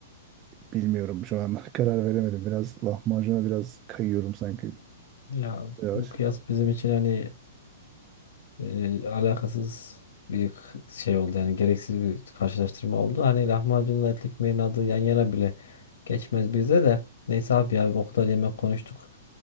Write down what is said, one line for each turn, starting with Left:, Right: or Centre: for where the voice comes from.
Right: bilmiyorum şu an <laughs> karar veremedim. Biraz lahmacuna biraz kayıyorum sanki.
Left: Ya
Right: Biraz.
Left: bu kıyas bizim için hani e, e, alakasız bir k- şey oldu yani gereksiz bir karşılaştırma oldu. Hani lahmacunla etli ekmeğin adı yan yana bile geçmez bize de. Neyse abi ya o kadar yemek konuştuk.